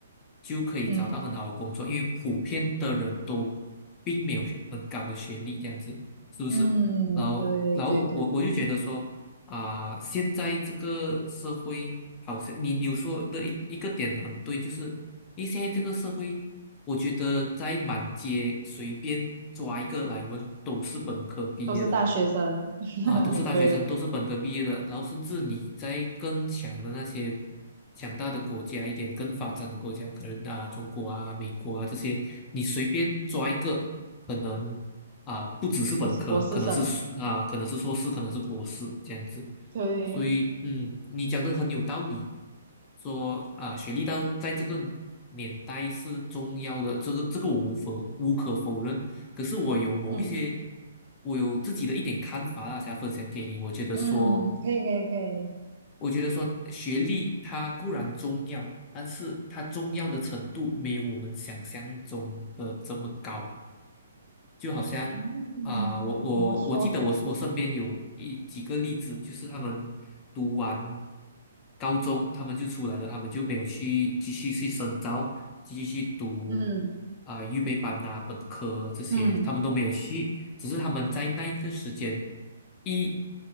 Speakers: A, on the left (about 25°); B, on the right (about 50°).
A: 就可以找到很好的工作，
B: 嗯
A: 因为普遍的人都并没有学很高的学历，这样子是不是？
B: 嗯，
A: 然后，
B: 对对对，
A: 然后我我就觉得说啊、现在这个社会好像你你说的一一个点很对，就是因为现在这个社会，我觉得在满街随便抓一个来问都是本科毕业的。
B: 都是大学生，<laughs>
A: 啊，都是大学生，
B: 对，
A: 都是本科毕业的，然后甚至你在更强的那些强大的国家一点，更发展的国家，可能啊中国啊、美国啊这些，你随便抓一个，可能啊不只是本科，
B: 都是博士生，
A: 可能是啊可能是硕士，可能是博士这样子。
B: 对，
A: 所以，嗯，你讲的很有道理，说啊学历到在这个年代是重要的，这个这个我无否无可否认。可是我有某一些，
B: 嗯
A: 我有自己的一点看法啦，想要分享给你。我觉得说，
B: 嗯，可以可以可以，
A: 我觉得说，学历它固然重要，但是它重要的程度没有我们想象中的这么高。就好像啊、
B: 嗯，
A: 我我我记得我我身边有一几个例子，
B: 怎么说？
A: 就是他们读完高中，他们就出来了，他们就没有去继续去深造，继续去读
B: 嗯
A: 啊、预备班啊本科这些，
B: 嗯
A: 他们都没有去，只是他们在那一个时间一